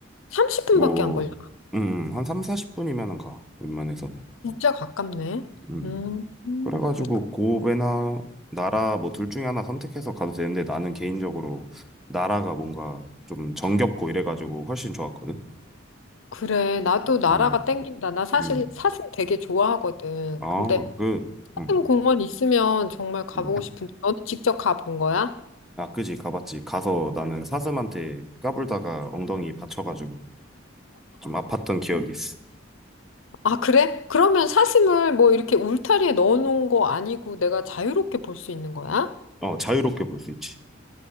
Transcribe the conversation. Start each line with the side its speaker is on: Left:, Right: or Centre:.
Left: 30분밖에
Centre: 뭐
Left: 안 걸려.
Centre: 음, 한 3, 40분이면은 가. 웬만해서는.
Left: 진짜 가깝네.
Centre: 음.
Left: 음, 음,
Centre: 그래가지고
Left: 그-
Centre: 고베나 나라 뭐 둘 중에 하나 선택해서 가도 되는데 나는 개인적으로 나라가 뭔가 좀 정겹고 이래가지고 훨씬 좋았거든.
Left: 그래. 나도 나라가
Centre: 음.
Left: 땡긴다. 나 사실
Centre: 음.
Left: 사슴 되게 좋아하거든.
Centre: 아,
Left: 근데
Centre: 그
Left: 사슴
Centre: 음.
Left: 공원 있으면 정말 가보고
Centre: 음.
Left: 싶은데, 너는 직접 가본 거야?
Centre: 아, 그지, 가봤지. 가서 나는 사슴한테 까불다가 엉덩이 받쳐가지고 좀 아팠던 기억이 음. 있어.
Left: 아, 그래? 그러면 사슴을 뭐 이렇게 울타리에 넣어놓은 거 아니고 내가 자유롭게 볼 수 있는 거야?
Centre: 어, 자유롭게 볼 수 있지.